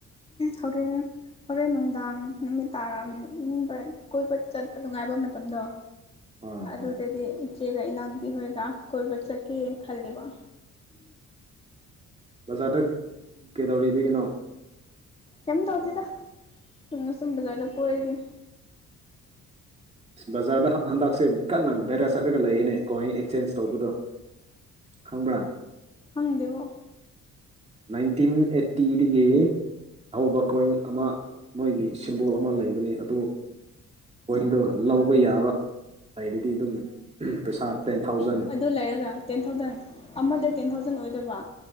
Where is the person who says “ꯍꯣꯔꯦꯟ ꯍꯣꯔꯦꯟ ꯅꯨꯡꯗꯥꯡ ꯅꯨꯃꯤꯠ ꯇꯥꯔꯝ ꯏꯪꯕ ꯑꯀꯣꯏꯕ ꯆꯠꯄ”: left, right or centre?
Left